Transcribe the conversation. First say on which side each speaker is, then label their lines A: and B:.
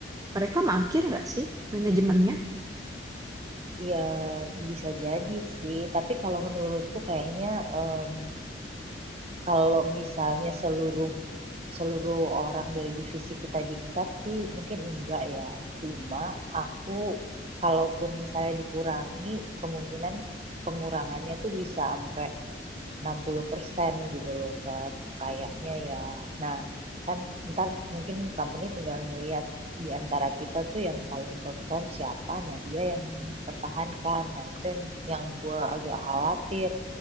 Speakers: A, on the right; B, on the right.
A: mereka mangkir nggak sih manajemennya?
B: Ya, bisa jadi sih. Tapi kalau menurutku kayaknya em, kalau misalnya seluruh seluruh orang dari divisi kita di-cut sih mungkin enggak ya. Cuma aku kalaupun misalnya dikurangi, kemungkinan pengurangannya tuh bisa sampai 60% gitu loh Kak. Kayaknya ya. Nah, kan ntar mungkin company tinggal ngelihat di antara kita tuh yang paling perform siapa, nah dia yang dipertahankan. Nah, itu yang yang gue agak khawatir.